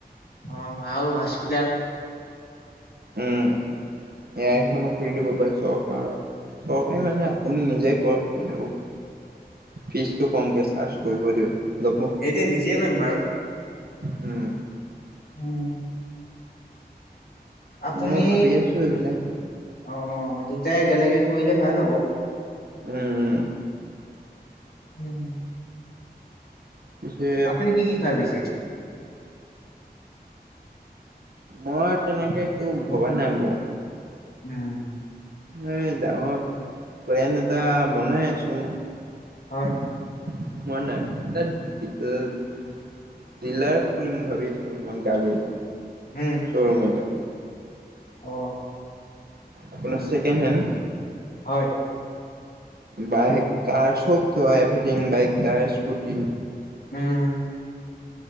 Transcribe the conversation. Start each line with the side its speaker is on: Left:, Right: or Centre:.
Left: অ আৰু হস্পিতাল।
Right: উম।। এয়া
Left: উম,
Right: এখনো, খুলি দিব পাৰে। চৰকাৰ চৰকাৰী মানে আপুনি নিজে কৰক কিন্তু? ফিজটো কমকে চাৰ্জ কৰিব দিয়ক ল'ব।
Left: এতিয়া নিজেই কৰিম বাৰু।।
Right: উম।
Left: উম।। আপুনি
Right: মই ভাবি আছো এইবিলাক
Left: অ দুটাই একেলগে কৰিলে ভাল হ'ব।
Right: উম উম।।
Left: উম। হুম।।
Right: পিছে
Left: আপুনি কি কি খাই পিছে।
Right: মই তেনেকে একো ভবা নাই বাৰু।
Left: উম।
Right: এ ডাঙৰ প্লেন এটা বনাই আছো।
Left: হয়।
Right: <inaudible> দিলাৰ খুুলিম ভাবিচো গাড়ীৰ।
Left: উম।
Right: ৰূম এটা।
Left: অ।
Right: আপোনাৰ ছেকেণ্ড হেণ্ড।
Left: হয়।
Right: বাইক কাৰ চবটো এভিথিং বাইক কাৰ স্কুটি।
Left: উম।